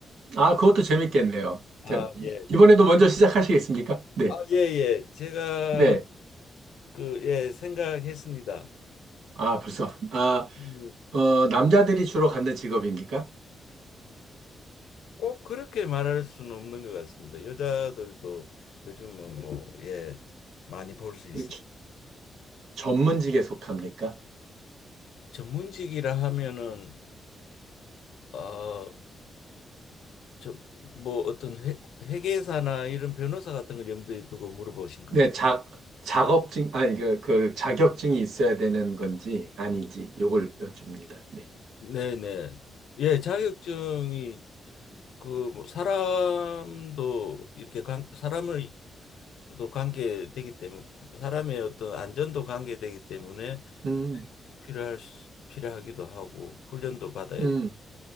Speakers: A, on the right; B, on the left.
A: 아, 그것도 재밌겠네요.
B: 아,
A: 자, 이-
B: 예.
A: 이번에도 먼저 시작하시겠습니까? 네.
B: 아, 예, 예. 제가
A: 네.
B: 그, 예, 생각했습니다.
A: 아, 벌써. 아,
B: 음, 한번
A: 어, 남자들이 주로 갖는 직업입니까?
B: 꼭 그렇게 말할 수는 없는 것 같습니다. 여자들도 요즘은 뭐, 예, 많이 볼 수 있습니다.
A: 이 주- 전문직에 속합니까?
B: 전문직이라 하면은 아, 저뭐 어떤 회, 회계사나 이런 변호사 같은 걸 염두에 두고 물어보신 건가요?
A: 네, 자, 작업증, 아니, 그, 그 자격증이 있어야 되는 건지 아닌지 요걸 여쭙니다. 네.
B: 네네. 예, 자격증이 그뭐 사람도 이렇게 관, 사람을 또 관계되기 때문에 사람의 어떤 안전도 관계되기 때문에
A: 음,
B: 필요할 수- 필요하기도 하고 훈련도 받아야
A: 음.
B: 돼.